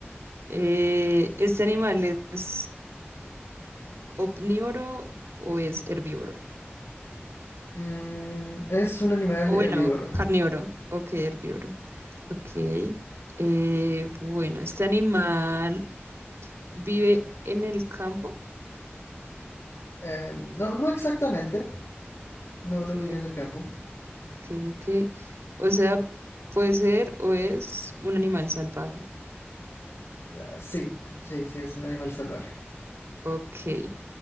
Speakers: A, on the right; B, on the left.
A: Eh, ¿este animal es omnívoro o es herbívoro?
B: Mm, es un animal
A: O
B: herbívoro.
A: bueno, carnívoro. Ok, herbívoro. Ok. Eh, bueno, ¿este animal vive en el campo?
B: Eh, no, no exactamente. No,
A: Ok,
B: no vive en el campo.
A: ok, ok. O sea, puede ser o es un animal salvaje.
B: Ah, sí, sí, sí, es un animal salvaje.
A: Ok,